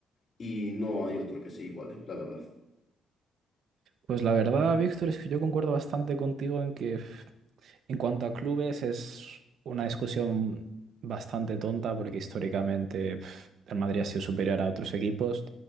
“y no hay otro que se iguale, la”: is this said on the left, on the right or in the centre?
Left